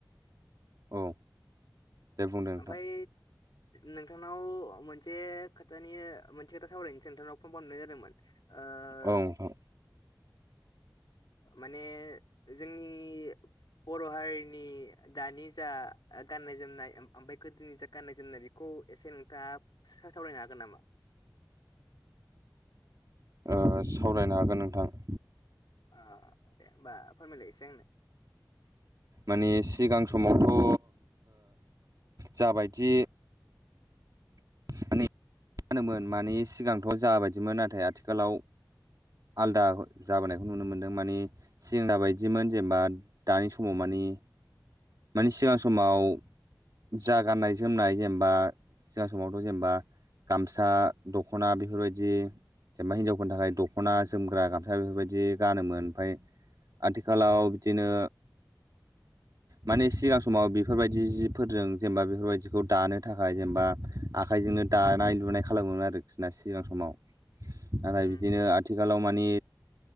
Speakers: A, on the right; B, on the left.
A: औ। दे बुंदों नोंथां
B: ओमफाय नोंथांनाव मोनसे खोथानि मोनसे खोथा सावरायनोसो नोंथांनाव फन खामनाय जादोंमोन। ओ
A: औ नोथां।
B: माने जोंनि बर' हारिनि दानि जा ओ गाननाय जोम नाय ओमफाय गोदोनि जा गाननाय जोमनाय बेखौ एसे नोंथाङा सावरायनो हागोन नामा?
A: ओ सावरायनो हागोन नोंथां।
B: आ दे होमबा फोरमायलाय इसे आंनो।
A: माने सिगां समावथ' ओ जाबायदि माने होनोमोन मानि सिगांथ' जा बायदिमोन नाथाय आथिखालाव आलदा जाबोनायखौ नुनो मोनदों मानि <unintelligible> बायदिमोन जेनेबा दानि समाव मानि <unintelligible> मानि सिगां समाव जा गाननाय जोमनाय जेनेबा सिगां समावथ' जेनेबा गामसा दख'ना बेफोरबायदि जेनेबा हिनजावफोरनि थाखाय दख'ना जोमग्रा गामसा बेफोरबायदि गानोमोन ओमफाय आथिखालाव बिदिनो मानि सिगां समाव बेफोरबायदि जिफोरजों जेनेबा बेफोरबायदिखौ दानो थाखाय जेनेबा आखाय जोंनो दानाय लुनाय खालामोमोन आरोखिना सिगां समाव। दाना
B: उम
A: बिदिनो आथिखालाव मानि